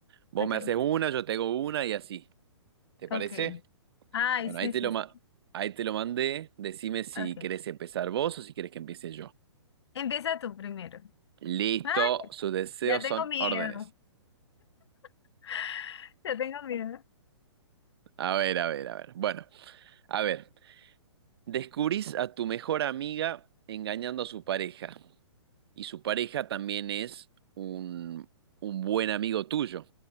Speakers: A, on the right (about 55°); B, on the left (about 65°).
A: Vos
B: Ok,
A: me haces una, yo te hago una y así. ¿Te parece?
B: ok. Ay,
A: Bueno,
B: sí,
A: ahí te
B: sí,
A: lo, ma-
B: sí.
A: ahí te lo mandé, decime si
B: Ok.
A: querés empezar vos o si querés que empiece yo.
B: Empieza tú primero.
A: Listo,
B: Ay,
A: sus deseos
B: ya tengo
A: son
B: miedo.
A: órdenes.
B: <laughs> Ya tengo miedo.
A: A ver, a ver, a ver. Bueno, a ver. Descubrís a tu mejor amiga engañando a su pareja. Y su pareja también es un, un buen amigo tuyo.